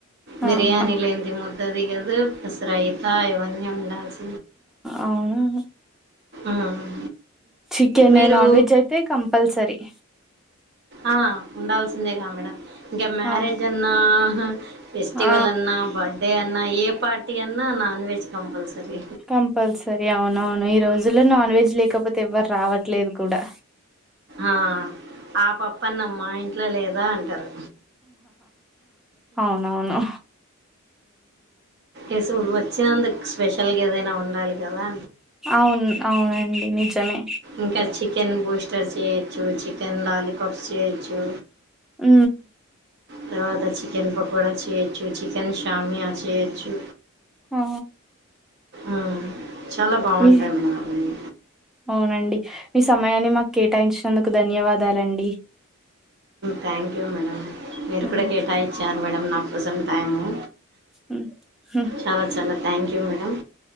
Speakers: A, on the right; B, in the centre.
A: బిర్యానీ
B: ఆహా
A: లేంది ముద్ద దిగదు ప్లస్ రయిత ఇవన్ని ఉండల్సి
B: అవును
A: ఉమ్.
B: చికెన్
A: మీరు
B: నాన్ వెజ్ అయితే కంపల్సరీ
A: ఆ ఉండాల్సిందేగా మేడం ఇంకా మ్యారేజ్
B: అవును
A: అన్నా ఫెస్టివల్
B: ఆ
A: అన్నా బర్డే అన్నా ఏ పార్టీ అన్నా నాన్ వెజ్ కంపల్సరీ
B: కంపల్సరి అవునవును ఈరోజు రజులో నాన్ వెజ్ లేకపోతే ఎవ్వర్ రావట్లేదు కూడా
A: ఆ ఆ పప్పన్నం మ ఇంట్లో లేదా అంటారు
B: అవునవును
A: ఎస్ వచ్చినందుకు స్పెషల్గ ఏదైనా ఉండ డాలిగదా
B: అవును అవునండి నిజమే
A: ఇంకా చికెన్ బూస్టర్ చేయొచ్చు చికెన్ లాలీపప్స్ చేయొచ్చు
B: ఉ
A: తరువాత చికెన్ పకోడా చేయచ్చు చికెన్ సామియా చేయచ్చు
B: ఆ
A: ఆ చాలా బాగుంటాయి
B: మీ
A: మేడం అవన్నీ
B: అవునండి మీ సమయాన్ని మాకు కేటాయించినందుకు ధన్యవాదాలండి
A: థ్యాంక్ యూ మేడం మీరు
B: హ్మ్.
A: కూడా కేటాయించ్చారు మేడం నాకోసం టైము
B: హ్మ్. హ్మ్.
A: చాల చాల థ్యాంక్ యూ మ్యాడమ్